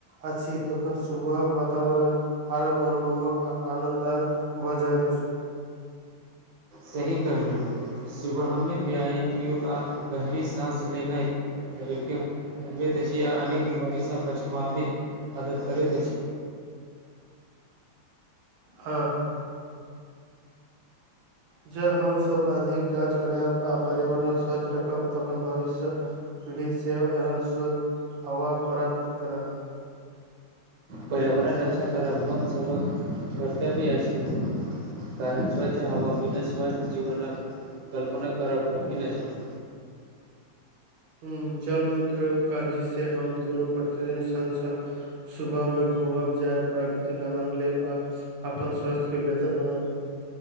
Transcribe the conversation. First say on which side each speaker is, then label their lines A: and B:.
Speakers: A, on the right (about 85°); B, on the right (about 70°).
A: अछि तखन सुबहक बातावरण आरो मनमोहक आ आनन्ददायक भऽ जाइत अछि
B: सही कहलू सुबहमे व्याम योगा गहरी साँस लेनाई शरीरके य अनेक बीमारीसँ बचमामे मदत करैत अछि
A: हँ जँ हमसभ अधिक गाछ लगायब आ पर्यावरण स्वच्छ रखब तखन भविष्य प्लीज सेव एवं शुद्ध हवा प्राप्त करत
B: पर्यावरण अच्छा करब हमसभक कर्तव्य अछि कारण स्वच्छ हवा बिना स्वस्थ जीवनक कल्पना करब कठिन अछि
A: हूँ चल मित्र काल्हि से हम दुनू प्रतिदिन सङ्ग सङ्ग सुबह में घुमब जायब प्राकृतिक आनन्द लेब आ अपन स्वास्थ्य के बेहतर बनाए